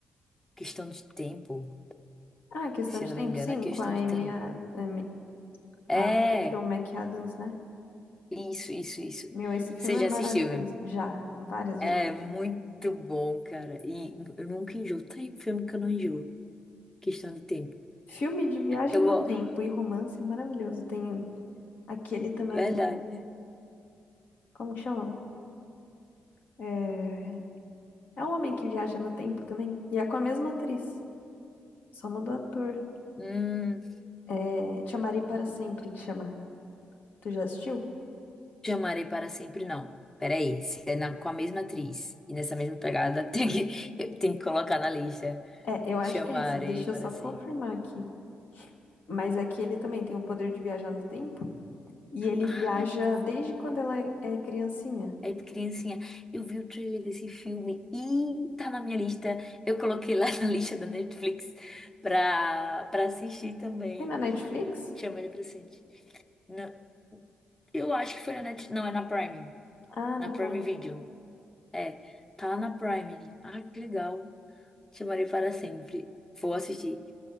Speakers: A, on the left; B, on the left.
A: Questão de tempo.
B: Ah, é questão
A: Se
B: de
A: eu não
B: tempo,
A: me engano,
B: sim,
A: é questão
B: com a Amy,
A: de tempo.
B: a, Amy- a
A: É,
B: Rachel McAdams, né?
A: isso, isso, isso.
B: Meu, esse filme
A: Você
B: é
A: já
B: maravilhoso.
A: assistiu? né?
B: Já, várias vezes.
A: É muito bom, cara. E eu nunca enjoo. Tem filme que eu não enjoo. Questão de tempo.
B: Filme de viagem
A: Eu,
B: no
A: vou.
B: tempo e romance é maravilhoso. Tem aquele também,
A: verdade.
B: como que chama? É, é um homem que viaja no tempo também. E é com a mesma atriz, só mudou ator.
A: Hum,
B: É, Te Amarei Para Sempre, que chama. Tu já assistiu?
A: te amarei para sempre, não. Peraí, se é na- com a mesma atriz e nessa mesma pegada, <laughs> tem que, eu tenho que colocar na lista.
B: É, eu acho
A: Te amarei
B: que é esse. Deixa
A: para
B: eu só
A: sempre.
B: confirmar aqui. Mas aqui ele também tem o poder de viajar no tempo. E ele
A: Ah,
B: viaja
A: eu vi.
B: desde quando ela é é criancinha.
A: É de criancinha. Eu vi o trailer desse filme e tá na minha lista. Eu coloquei lá <laughs> na lista da Netflix pra, pra assistir também.
B: Tem na Netflix?
A: Chama ele pra assistir. Na- eu acho que foi na Netflix. Não, é na Prime.
B: Ah, na
A: Na
B: Prime.
A: Prime Video. É, tá na Prime. Ah, que legal. Chamarei para sempre. Vou assistir.